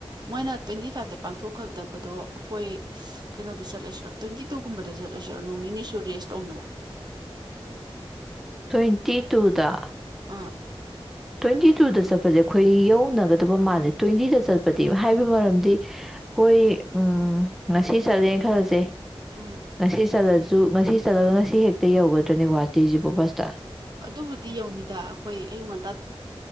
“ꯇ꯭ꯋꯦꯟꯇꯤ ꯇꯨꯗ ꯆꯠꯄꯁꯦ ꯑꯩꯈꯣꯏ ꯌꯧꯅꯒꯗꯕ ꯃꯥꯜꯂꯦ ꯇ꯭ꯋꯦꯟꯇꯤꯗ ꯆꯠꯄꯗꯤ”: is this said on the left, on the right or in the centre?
Centre